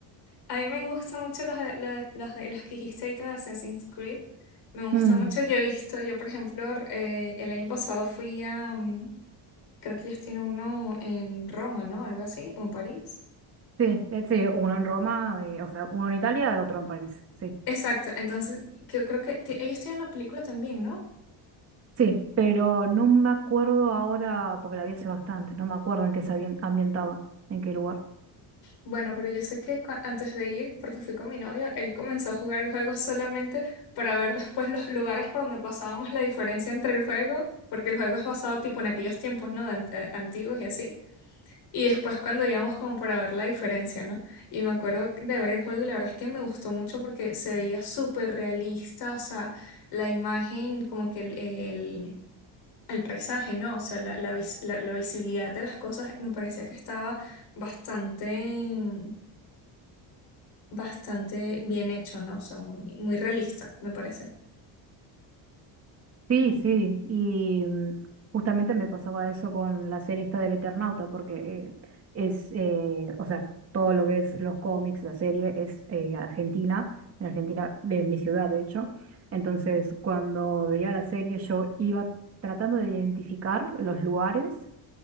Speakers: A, on the left; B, on the right.
A: A mí me gustan mucho los, de- los, los- de- los que dijiste ahorita de Assassin's Creed. Me gusta
B: Mm,
A: mucho. Yo he visto, yo por ejemplo, eh, el año pasado fui a, mm, creo que ellos tienen uno en Roma, ¿no? Algo así, o en París.
B: sí, eh, sí, uno en Roma, eh, o sea, uno en Italia y otro en París, sí.
A: Exacto, entonces yo creo que ti- ellos tienen una película también, ¿no?
B: Sí, pero no me acuerdo ahora, porque la vi hace bastante, no me acuerdo en qué se ambien- ambientaba, en qué lugar.
A: Bueno, pero yo sé que cua- antes de ir, porque fui con mi novio, él comenzó a jugar el juego solamente para ver después los lugares por donde pasábamos la diferencia entre el juego, porque el juego es basado tipo en aquellos tiempos, ¿no? De ant- antiguos y así. Y después cuando íbamos como para ver la diferencia, ¿no? Y me acuerdo de ver el juego y la verdad es que me gustó mucho porque se veía súper realista, o sea, la imagen, como que el, el- el paisaje, ¿no? O sea, la, la vis- la- la visibilidad de las cosas me parecía que estaba bastante, bastante bien hecho, ¿no? O sea, muy, muy realista, me parece.
B: Sí, sí, y mm, justamente me pasaba eso con la serie esta del Eternauta, porque eh, es, eh, o sea, todo lo que es los cómics, la serie es eh, Argentina, en Argentina, de mi ciudad, de hecho. Entonces, cuando veía la serie, yo iba tratando de identificar los lugares,